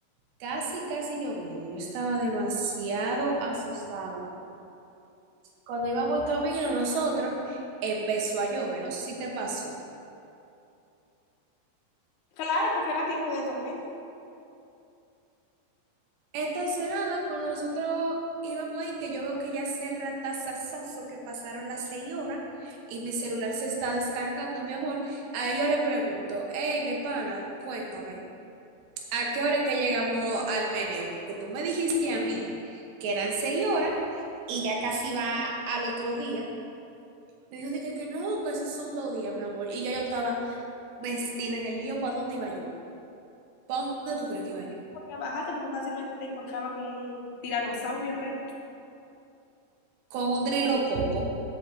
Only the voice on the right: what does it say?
Casi, casi lloviendo. Yo estaba demasiado asustada. Cuando íbamos en camino nosotros, empezó a llover, no sé si te pasó.
Estacionada, cuando nosotros íbamos ahí, que yo veo que ya se ratazazazo que pasaron las seis horas y mi celular se está descargando, mi amor. Ahí yo le pregunto, hey, mi pana, cuéntame, ¿a qué hora es que llegamos al meneo? Porque tú me dijiste a mí que eran seis horas y ya casi va al otro día. Me dijo, dije que no, que esos son dos días, mi amor. Y yo, yo estaba vestida en el lío, ¿para dónde iba yo? ¿Para dónde tú crees que iba yo?
Con un drilo coco.